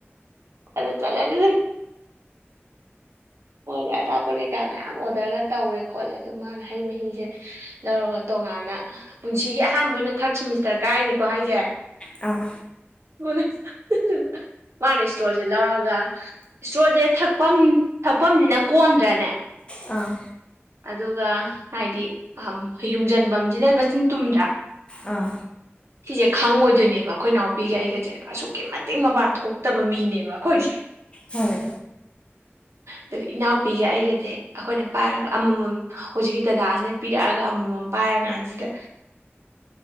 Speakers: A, on the right; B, on the left.
A: ꯑꯗꯨ ꯆꯠꯂꯦ ꯑꯗꯨ ꯃꯣꯏꯗꯤ ꯑꯆꯥꯄꯣꯠ ꯀꯩꯀꯥ ꯃꯌꯥꯝ ꯑꯣꯔꯗꯔꯒ ꯇꯧꯔꯦ ꯈꯣꯠꯂꯦ ꯑꯗꯨ ꯃꯥꯅ ꯍꯩ ꯃꯍꯤꯁꯦ ꯂꯧꯔꯒ ꯇꯣꯉꯥꯟꯅ ꯄꯨꯟꯁꯤꯒꯤ ꯑꯍꯥꯟꯕ ꯑꯣꯏꯅ ꯊꯥꯔꯠ ꯁꯤꯃꯤꯁꯇꯔ ꯀꯥꯏꯅꯤꯀꯣ ꯍꯥꯏꯁꯦ
B: ꯑꯥ
A: <unintelligible> ꯃꯥꯅ ꯏꯁꯇ꯭ꯔꯣꯁꯦ ꯂꯧꯔꯒ ꯏꯁꯇ꯭ꯔꯣꯁꯦ ꯊꯛꯐꯝ ꯊꯛꯐꯝꯁꯤꯅ ꯀꯣꯟꯗ꯭ꯔꯅꯦ
B: ꯑꯥ
A: ꯑꯗꯨꯒ ꯍꯥꯏꯗꯤ ꯌꯨꯡꯁꯤꯟꯐꯝꯁꯤꯅ ꯃꯆꯤꯟ ꯇꯨꯝꯗ꯭ꯔꯥ
B: ꯑꯥ
A: ꯁꯤꯁꯦ ꯈꯪꯉꯣꯏꯗꯣꯏꯅꯦꯕ ꯑꯩꯈꯣꯏ ꯏꯅꯥꯎꯄꯤꯒ ꯑꯩꯒꯁꯦ ꯑꯁꯨꯛꯀꯤ ꯃꯇꯤꯛ ꯃꯄꯥꯟ ꯊꯣꯛꯇꯕ ꯃꯤꯅꯦꯕ ꯑꯩꯈꯣꯏꯁꯦ
B: ꯍꯣꯏ
A: ꯑꯗꯨꯒ ꯏꯅꯥꯎꯄꯤꯒ ꯑꯩꯒꯁꯦ ꯑꯩꯈꯣꯏꯅ ꯄꯥꯏꯔꯒ ꯑꯃꯃꯝ ꯍꯧꯖꯤꯛꯀꯤ ꯗꯗꯥꯁꯤꯅ ꯄꯤꯔꯛꯑꯒ ꯑꯃꯃꯝ ꯄꯥꯏꯔ ꯀꯥꯟꯁꯤꯗ